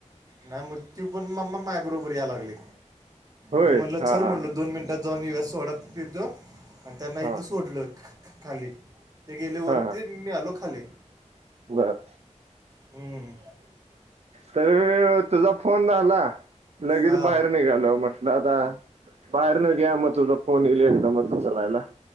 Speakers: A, on the right; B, on the right.
A: नाही म ती पण म म माझ्याबरोबर याय लागली
B: होय
A: मग म्हटलं चल
B: हा हा
A: म्हटलं दोन मिनटात जाऊन येऊया सोडा पितो आणि त्यांना
B: हा
A: इथं सोडलं खाली. ते गेले वरती
B: हा
A: आणि मी आलो खाली.
B: बर.
A: हम्म.
B: तर तुझा फोन आला लगेच
A: हा
B: बाहेर निघालो म्हटलं आता बाहेर निघूया म तुझं फोन येईल एकदमच उचलायला.